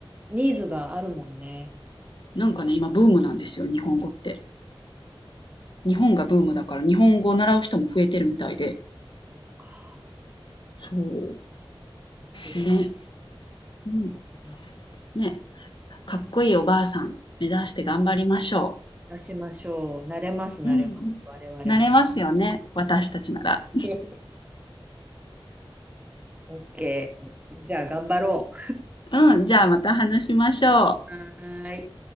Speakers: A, on the right; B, on the left.
A: ニーズがあるもんね。
B: なんかね、今ブームなんですよ、日本語って。日本がブームだから、日本語を習う人も増えてるみたいで。
A: そっか。
B: そう。
A: そう
B: ね。うん。
A: うん
B: ね。かっこいいおばあさん、目指して頑張りましょ
A: 出しましょう。慣れます、慣れます。
B: う。うん。
A: 我々な。
B: なれますよね、私たちなら。
A: <laughs> OK。じゃあ頑張ろ
B: うん、じゃあまた話しましょう。
A: う。はーい。